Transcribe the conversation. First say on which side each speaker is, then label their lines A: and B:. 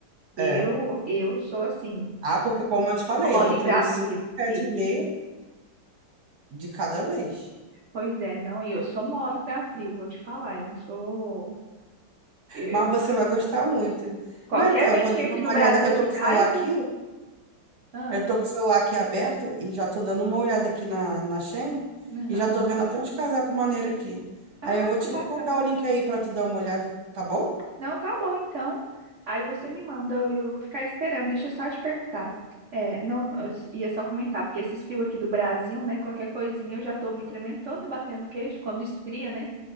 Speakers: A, on the right; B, on the right.
A: eu,
B: É.
A: eu sou assim,
B: Ah, porque como eu te falei,
A: mole
B: eu botei
A: pra
B: uns 5
A: frio,
B: pés
A: frio.
B: de meia de cada vez.
A: Pois é, não, e eu sou mole pra frio, vou te falar. Eu não sou. eu-
B: Mas
A: eu-
B: você vai gostar muito.
A: qualquer
B: Não, então,
A: ventinho
B: eu vou dando
A: aqui
B: uma
A: no Brasil
B: olhada. Eu
A: que
B: tô
A: dá,
B: com o celular
A: eu
B: aqui,
A: tô. Ah,
B: eu tô com o celular aqui aberto e já tô dando uma olhada aqui na, na Shein
A: aham.
B: e já tô vendo até uns casacos maneiros aqui.
A: Ah,
B: Aí eu vou te
A: que bacana.
B: mandar o link aí pra tu dar uma olhada, tá bom?
A: Não, tá bom, então. Aí você me manda e eu vou ficar esperando. Deixa eu só te perguntar. É, não, eu s- ia só comentar, porque esses fios aqui do Brasil, né? Qualquer coisinha eu já tô me tremendo toda, batendo queixo quando esfria, né?